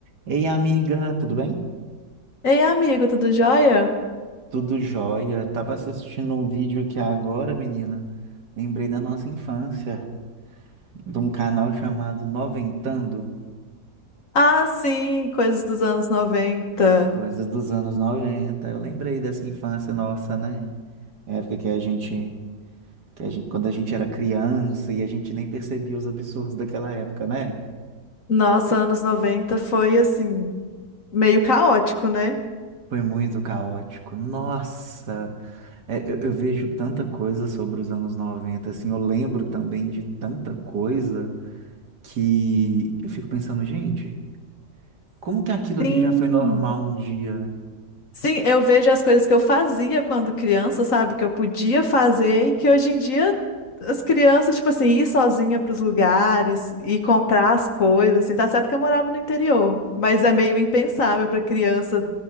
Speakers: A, on the right; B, on the left.
A: Ei, amiga, tudo bem?
B: Ei, amigo, tudo jóia?
A: Tudo jóia. Tava assistindo um vídeo aqui agora, menina. Lembrei da nossa infância, de um canal chamado Noventando,
B: Ah, sim, coisas dos anos noventa
A: coisas dos anos noventa. Eu lembrei dessa infância nossa, né? Época que a gente, que a gente, quando a gente era criança e a gente nem percebia os absurdos daquela época, né?
B: Nossa, anos noventa foi assim, meio caótico, né?
A: Foi muito caótico. Nossa, é, eu, eu vejo tanta coisa sobre os anos noventa. assim, eu lembro também de tanta coisa. que eu fico pensando, gente, como que aquilo ali
B: Sim.
A: já foi normal um dia?
B: Sim, eu vejo as coisas que eu fazia quando criança, sabe? Que eu podia fazer e que hoje em dia as crianças, tipo assim, ir sozinha para os lugares e comprar as coisas, assim, tá certo que eu morava no interior, mas é meio impensável para criança